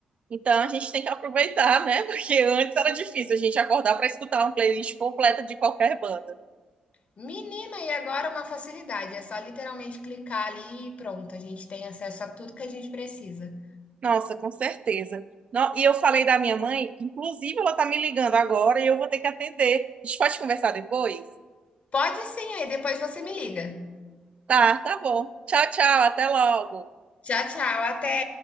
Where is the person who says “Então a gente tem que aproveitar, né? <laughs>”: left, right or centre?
Right